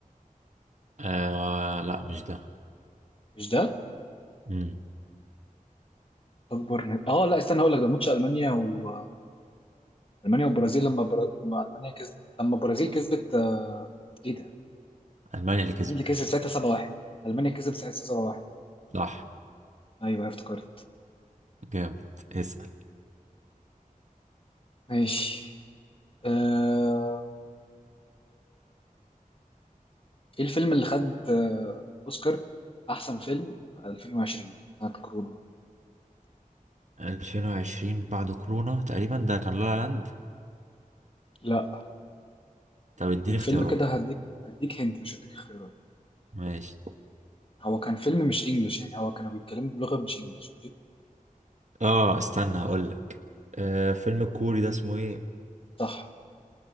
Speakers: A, on the right; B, on the left.
A: آه لا مش ده
B: مش ده؟
A: مم.
B: أكبر ند... اه لا استنى هقول لك ده ماتش ألمانيا وألمانيا والبرازيل لما بر... لما ألمانيا كسبت لما البرازيل كسبت آه، ايه ده؟
A: ألمانيا اللي كسبت
B: مين اللي كسب ساعتها 7 1 ألمانيا كسبت ساعتها 7 1
A: صح
B: ايوه أيوة، افتكرت
A: جامد اسأل
B: ماشي آه، ايه الفيلم اللي خد آه، أوسكار أحسن فيلم في 2020 بتاعت كورونا؟
A: 2020 بعد كورونا تقريبا ده كان لا لا لاند
B: لا
A: طب اديني
B: كان فيلم
A: اختيارات
B: كده هديك هديك هنت مش هديك اختيارات
A: ماشي
B: هو كان فيلم مش انجلش يعني هو كانوا بيتكلموا بلغة مش انجلش ماشي
A: اه استنى هقول لك آه فيلم الكوري ده اسمه ايه؟
B: صح